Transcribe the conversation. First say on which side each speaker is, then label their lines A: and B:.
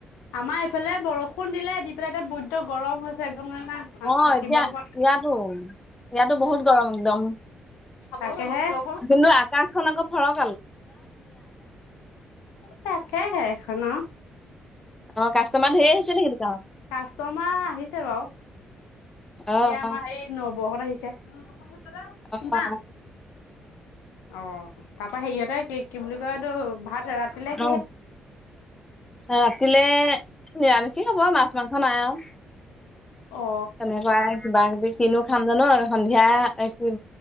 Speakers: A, on the left; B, on the left.
A: আমাৰ এইফালে বৰষুণ দিলে দি পেলাই এতিয়া বৈদ্ধ গৰম হৈছে। একদম মানে
B: অ
A: থাকিব
B: এতিয়া
A: পৰা নাই
B: ইয়াতো। ইয়াতো বহুত গৰম একদম,
A: তাকেহে
B: কিন্তু আকাশখন আকৌ ফৰক
A: তাকেহে এখন ন।
B: অ কাষ্টমাৰ ধেৰ আহিছে নেকি দোকানত?
A: কাষ্টমাৰ আহিছে বাৰু,
B: অ'
A: এই আমাৰ এই নবৌ হত আহিছে। কিমান,
B: অ' অ'
A: অ তাৰপৰা সেৰিহঁতে কি কি বুলি কয় এইটো ভাত ৰাতিলে কিহে
B: অ' অ' ৰাতিলে নিৰামিষে হব মাছ মাংস নাই আও।
A: অ
B: তেনেকুৱাই কিবা কিবি কিনো খাম জানো সন্ধিয়া। এ কি